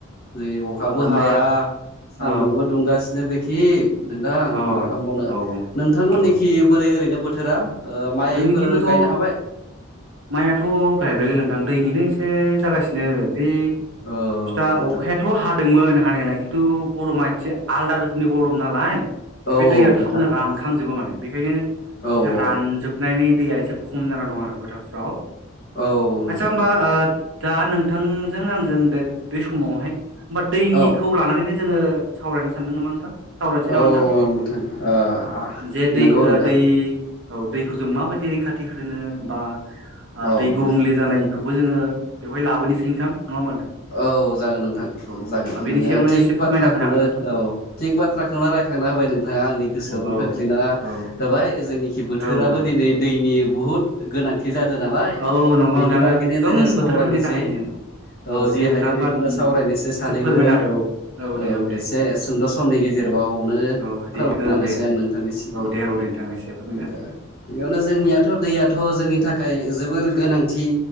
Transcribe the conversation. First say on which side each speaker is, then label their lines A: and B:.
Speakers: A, on the left; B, on the right.
A: नै अखाबो
B: होमबा
A: हाया सान्दुंबो
B: औ
A: दुंगासिनो बेखि नोंथां
B: औ
A: मा खालामबावनो
B: औ
A: नोंथांमोननिखि
B: औ
A: बोरै ओरैनो बोथो थोरा ओ माइफोर
B: जोंनिखिबोथ'
A: गायनो हाबाय?
B: माइआथ' गायबायलै नोंथां दैनिनो एसे जागासिनो बे
A: औ
B: फिथा
A: नोंथां
B: अखाया थ' हादोंमोन हानायालाय खिन्थु गरमा एसे आलदा रोखोमनि गरम नालाय
A: औ
B: बे दैया थाबनो
A: नोंथां
B: रानखांजोबो माने बेखायनो एसे
A: औ औ
B: रानजोब नायनि दैया एसे खम जाना दं आरो फोथारफ्राव
A: औ
B: आदसा
A: नोंथां
B: होमबा
A: औ
B: ओ दा नोंथांजों आंजों दा बे समावहाय होमबा दैनिखौ
A: औ
B: लानानैनो जोङो सावरायनो सानदों नामा नोंथां। सावरायनोसै नामा
A: औ
B: नोंथां
A: नोंथां ओ
B: जे दै
A: नंगौ नोंथां
B: दै औ दैखौ जों माबायदि रैखाथि होनो बा ओ
A: औ
B: दै
A: नोंथां
B: गुबुंले जानाय खौबो जोङो बेवहाय लाबोनोसै नोंथां नङा होमबा नोंथां।
A: औ जागोन नोंथां
B: औ
A: जागोन
B: बेनि
A: नोङो
B: सायावनो
A: थिग
B: एसे फोरमायना
A: बाथ्राखौनो
B: होनो हागोन नोंथां
A: औ थिग बाथ्राखौनो राय खांना होबाय नोंथाङा आंनि गोसोआवबो
B: औ
A: खोख्लैना
B: औ
A: होबाय जोंनिखि बोथोराबो
B: औ नोंथां
A: दिनै दैनि बुहुद गोनांथि जादों नालाय
B: औ औ नंगौ
A: बेनि
B: नोंथां
A: बागैनो
B: एकदम
A: जोङो सावरायनोसै।
B: बोथोरफोरनि थाखायनो
A: औ जि
B: दे नोंथां
A: हायो बेखौनो
B: बा
A: सावरायनोसै सानैबो
B: एसे फोरमायना होदो दे
A: औ
B: दे
A: एसे सुंद' समनि गेजेरबावनो
B: औ दे
A: फोरमायनानैसै
B: औ दे दे
A: आं नोंथांनि सिगाङाव
B: औ दे औ दे नोंथां एसे फोरमायना
A: गोदो
B: हो
A: बेयावनो जोंनियाथ' दैयाथ' जोंनि थाखाय जोबोर गोनांथि।